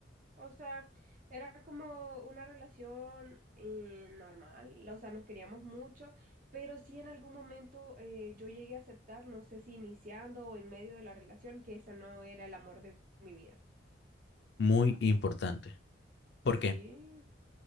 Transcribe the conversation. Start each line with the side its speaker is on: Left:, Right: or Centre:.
Right: O sea, era como una relación eh, normal, o sea, nos queríamos mucho, pero sí en algún momento eh, yo llegué a aceptar, no sé si iniciando o en medio de la relación, que ese no era el amor de mi vida.
Left: Muy importante. ¿Por
Right: Sí.
Left: qué?